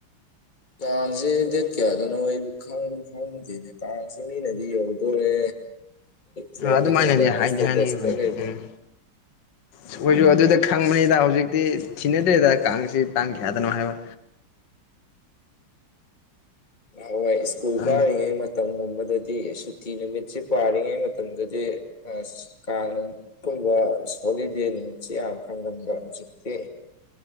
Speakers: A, on the left; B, on the left.
A: ꯀꯥꯡꯁꯦ ꯗꯦꯠ ꯀꯌꯥꯗꯅꯣ ꯑꯩꯣꯏꯕꯨ ꯈꯪ ꯈꯪꯉꯨꯗꯦꯅꯦ ꯀꯥꯡꯁꯦ ꯃꯤꯅꯗꯤ ꯌꯧꯗꯣꯔꯦ ꯐꯣꯟꯗ
B: ꯑꯗꯨꯃꯥꯏꯅꯗꯤ
A: ꯈꯩꯗ
B: ꯍꯥꯏꯗꯤ
A: ꯏꯁꯇꯦꯇꯁ
B: ꯍꯥꯏꯅꯈꯤꯕꯅꯦ
A: ꯇ ꯈꯩꯗ
B: ꯎꯝ ꯑꯩꯈꯣꯏꯁꯨ ꯑꯗꯨꯗ ꯈꯪꯕꯅꯤꯗ ꯍꯧꯖꯤꯛꯇꯤ ꯊꯤꯅꯗ꯭ꯔꯦꯗ ꯀꯥꯡꯁꯤ ꯇꯥꯡ ꯀꯌꯥꯗꯅꯣ ꯍꯥꯏꯕ
A: ꯍꯣꯏ ꯁꯀꯨꯜ
B: ꯎꯝ
A: ꯀꯥꯔꯤꯉꯩ ꯃꯇꯝꯒꯨꯝꯕꯗꯗꯤ ꯁꯨꯇꯤ ꯅꯨꯃꯤꯠꯁꯤꯦ ꯄꯥꯔꯤꯉꯩ ꯃꯇꯝꯗꯗꯤ ꯑꯁ ꯀꯥꯡ ꯀꯨꯝꯕ ꯍꯣꯂꯤꯗꯦꯗꯨꯃꯤꯠꯁꯤ ꯌꯥꯝ ꯐꯪꯒꯟꯕ ꯍꯧꯖꯤꯛꯇꯤ